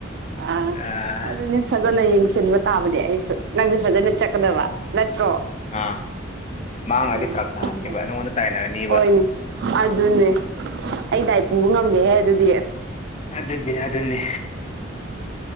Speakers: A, on the right; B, on the left.
A: ꯑ
B: ꯑ
A: ꯑꯗꯨꯅꯤ ꯐꯖꯅ ꯌꯦꯡꯁꯤꯟꯕ ꯇꯥꯕꯅꯦ ꯑꯩꯁꯨ ꯅꯪꯁꯨ ꯐꯖꯅ ꯆꯛꯀꯗꯕ ꯅꯠꯇ꯭ꯔꯣ
B: ꯑꯥ ꯃꯥꯡꯉꯗꯤ
A: ꯎꯝ
B: ꯐꯔꯛ ꯇꯥꯅꯦꯕ
A: ꯑꯗꯨ
B: ꯅꯪꯉꯣꯟꯗ ꯇꯥꯏꯅꯔꯅꯤꯕ
A: ꯍꯣꯏꯅꯦ ꯑꯗꯨꯅꯦ ꯑꯩ ꯗꯥꯏ ꯄꯨꯕ ꯉꯝꯗꯦꯍꯦ ꯑꯗꯨꯗꯤ
B: ꯑꯗꯨꯗꯤ ꯑꯗꯨꯅꯤ